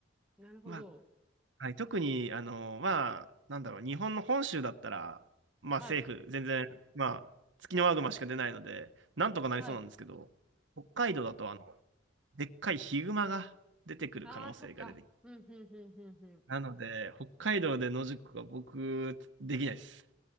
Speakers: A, in the centre; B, on the right.
A: なるほど。
B: まあはい、特に、あの、まあ、なんだろう、日本の本州だったら、まあ政府、
A: はい。
B: 全然、まあ、ツキノワグマしか出ないので、なんとかなりそうなんですけど、
A: はい。
B: 北海道だと、あの、でっかいヒグマが出てくる可能性が出てき
A: あ <laughs> あー、そっか。うん、うん、うん、うん、う
B: なので、北海道で野宿は僕、できないです。